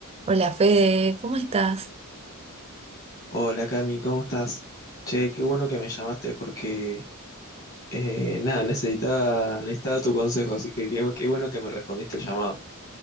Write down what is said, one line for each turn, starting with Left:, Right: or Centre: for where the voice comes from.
Right: Hola Fede, ¿cómo estás?
Left: Hola Cami, ¿cómo estás? Che, qué bueno que me llamaste porque eh, nada, necesitaba, necesitaba tu consejo, así que qué, qué bueno que me respondiste el llamado.